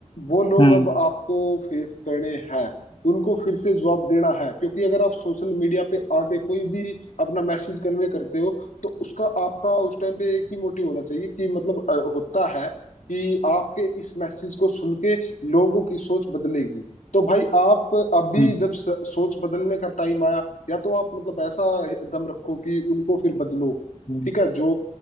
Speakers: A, on the left; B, on the left.
A: वो लोग
B: हम्म
A: अब आपको फेस करने हैं उनको फिर से जवाब देना है क्योंकि अगर आप सोशल मीडिया पे आके कोई भी अपना मैसेज कन्वे करते हो तो उसका आपका उस टाइम पे एक ही मोटिव होना चाहिए कि मतलब अ, होता है कि आपके इस मैसेज को सुन के लोगों की सोच बदलेगी तो भाई आप अभी
B: हम्म
A: जब स- सोच बदलने का टाइम आया या तो आप मतलब ऐसा दम रखो कि उनको फिर बदलो
B: हम्म
A: ठीक है जो